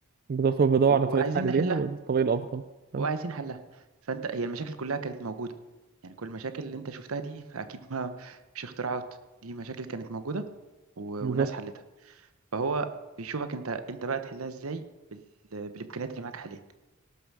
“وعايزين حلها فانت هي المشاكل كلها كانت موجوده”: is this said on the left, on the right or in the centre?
Right